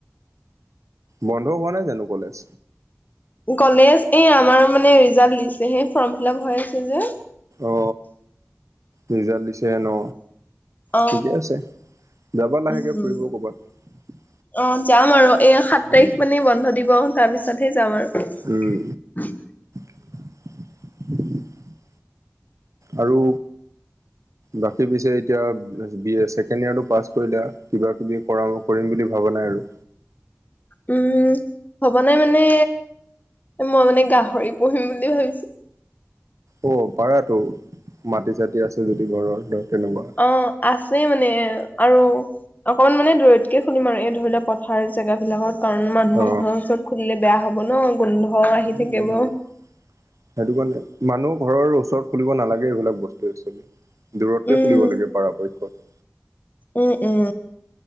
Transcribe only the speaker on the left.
কলেজ, এই আমাৰ মানে ৰিজাল্ট দিছেহে ফৰ্ম ফিলাপ হৈ আছে যে।
অ
উম
উম
অ যাম আৰু এয়া সাত
তাৰিখ মানে বন্ধ দিব তাৰপিছতহে যাম আৰু।
উম ভৱা নাই মানে। মই মানে গাহৰি পুহিম বুলি ভাবিছো।
অ আছে মানে আৰু অকমান মানে দূৰতকে খুুলিম আৰু এই ধৰি লোৱা পথাৰ জেগা বিলাকত পাৰি কাৰণ মানুহৰ
ঘৰৰ ওচৰত খুলিলে বেয়া হ'ব ন গোন্ধ আহি
থাকিব
উম
উম উম